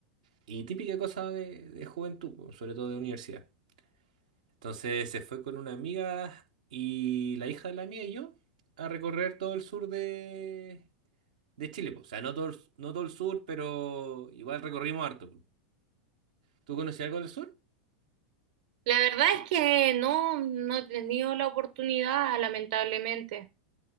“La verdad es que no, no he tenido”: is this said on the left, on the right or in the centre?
Right